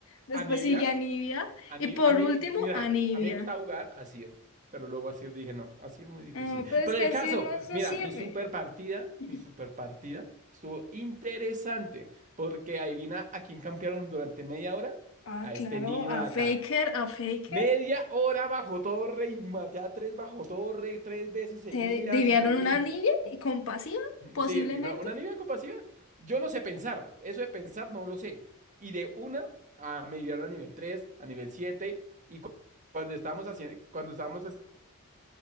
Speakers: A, on the left; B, on the right.
A: después
B: Anivia.
A: sigue Anivia
B: Ani-
A: y por
B: a mí,
A: último
B: mira,
A: Anivia.
B: a mí me gusta jugar Asir, pero luego Asir dije, no, Asir muy difícil.
A: Ah, pero
B: Pero
A: es que
B: el
A: así
B: caso,
A: no, no
B: mira,
A: sirve.
B: mi super partida,
A: <laughs>
B: mi super partida estuvo interesante, porque adivina a quién campearon durante media hora.
A: Ah,
B: A este
A: claro,
B: niño
A: a
B: acá.
A: Faker, a Faker.
B: Media hora bajo torre y maté a tres bajo torre tres veces seguidas
A: ¿Te deviaron
B: y yo pensé,
A: una Anivia y compasiva, posiblemente?
B: Sí, dijeron, ¿una
A: <gasps>
B: niña con capacidad? Yo no sé pensar, eso de pensar no lo sé. Y de una a me llevaron a nivel 3 a nivel 7 y cu- cuando estábamos haciendo, cuando estábamos